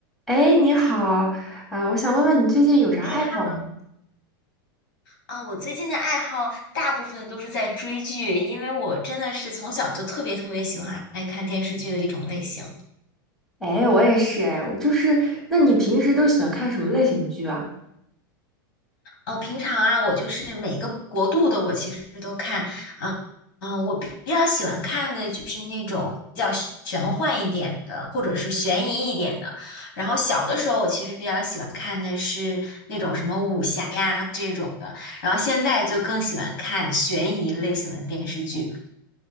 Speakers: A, in the centre; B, on the left.
A: 哎，你好，啊、我想问问你最近有啥爱好吗？
B: 哎哈啊，我最近的爱好大部分都是在追剧，因为我真的是从小就特别特别喜欢爱看电视剧的一种类型。
A: 哎，我也是，哎，我就是，那你平时都喜欢看什么类型的剧啊？
B: 哦、平常啊，我就是每个国度的我其实都看啊，嗯、我比较喜欢看的就是那种比较玄幻一点的，或者是悬疑一点的。然后小的时候，我其实比较喜欢看的是那种什么武侠呀这种的，然后现在就更喜欢看悬疑类型的电视剧。